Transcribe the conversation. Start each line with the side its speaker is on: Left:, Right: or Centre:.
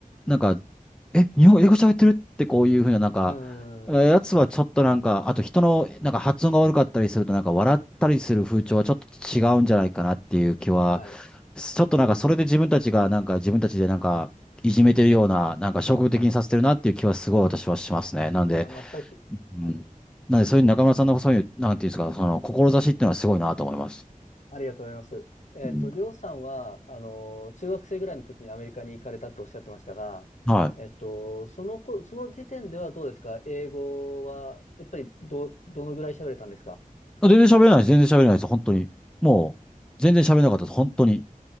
Centre: なんか、え、日本英語喋ってるってこういうふうななんか、
Left: うーん。
Centre: えーやつはちょっとなんか、あと人のなんか発音が悪かったりするとなんか笑ったりする風潮はちょっと違うんじゃないかなっていう気は、
Left: はい。
Centre: ちょっとなんかそれで自分たちがなんか自分たちでなんかいじめてるような、なんか消極的にさせてるなっていう気はすごい私はしますね。
Left: はい。
Centre: なんで、
Left: あ、全く。
Centre: うん。
Left: はい。
Centre: なんでそういう中村さんのそういう、なんていうんですか、その志っていうのはすごいなと思います。
Left: ありがとうございます。えっと、
Centre: うん
Left: りょうさんは、あの、中学生ぐらいの時にアメリカに行かれたとおっしゃってましたが、
Centre: はい。
Left: えっと、そのこ、その時点ではどうですか英語は、やっぱりど、どのぐらい喋れたんですか
Centre: 全然喋れないです。全然喋れないです。本当に。
Left: うん
Centre: もう、全然喋れなかったです。本当に。